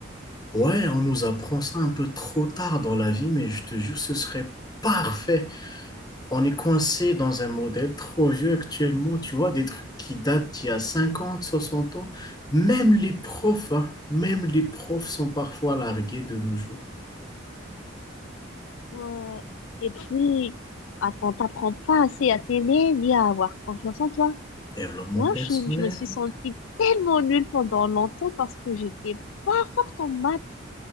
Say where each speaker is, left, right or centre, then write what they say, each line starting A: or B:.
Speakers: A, on the left (about 20°); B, on the left (about 80°).
A: Ouais, on nous apprend ça un peu trop tard dans la vie, mais je te jure, ce serait parfait. On est coincé dans un modèle trop vieux actuellement. Tu vois, des trucs qui datent d'il y a 50, 60 ans. Même les profs, hein, même les profs sont parfois largués de nos jours.
B: Ouais. Et puis, à- on t'apprend pas assez à t'aimer ni à avoir confiance en toi.
A: Développement
B: Moi,
A: personnel,
B: je, je me suis sentie tellement nulle pendant longtemps parce que j'étais pas forte en maths.